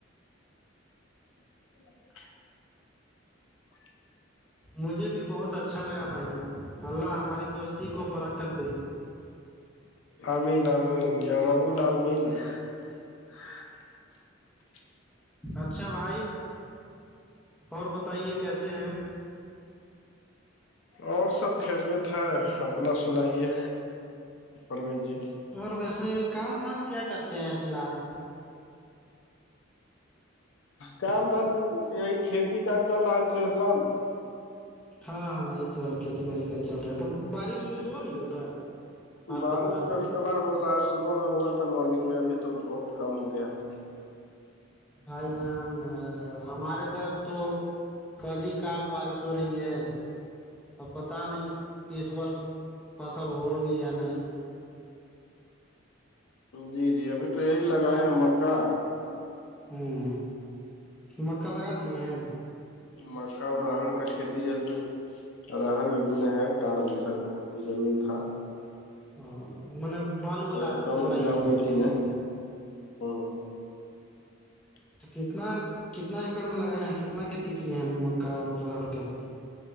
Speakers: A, on the left (about 70°); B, in the centre.
A: <inaudible>
B: مجھے بھی بہت اچھا لگا بھائی جان اللہ ہماری دوستی کو برکت دے
A: امین امین یا رابول علمین ج <inaudible>
B: اچھا بھائی اور بتائیے کیسے ہیں
A: اور سب خیریت ہے اپنا سنائیے پروش جی
B: اور ویسے کام دھام کیا کرتے ہیں فی الحال
A: کام دھن یہی کھیتی کاج چل رہا س سان
B: ہاں ہاں یہ تو ہے کھیتی بای کا چل رہا ہے تو بارش وورش ہو رہی ہے ادھر آپ
A: بارش
B: کی طرف
A: کبھی کبھار ہو رہا ہے صبح میں ہوا تھا مارننگ میں ابھی تو بہت کم ہو گیا ہے
B: بھائی جان ہمارے طرف تو کبھی کال بارش ہو رہی ہے اور پت نہیں اس وورس فصل ہوگی یا نہیں
A: جی جی ابھی تو یہی لگائے ہیں مکا
B: ہوں مکا لگا دیے ہیں
A: مکا اور راہڑ کا کھیتی جیسے رر بھی بنے ہیں ٹڈ بھی سا زمین تھا
B: ہاں م بالو
A: تھوڑا
B: والا
A: کم
B: تھوڑا
A: اپجاؤ
B: ہی ہے
A: مٹی میں ہوں <inaudible>
B: کتنا کتنا ایکڑ میں لگائے ہیں کتنا کھیتی کیے ہیں مکا اور رڑ کا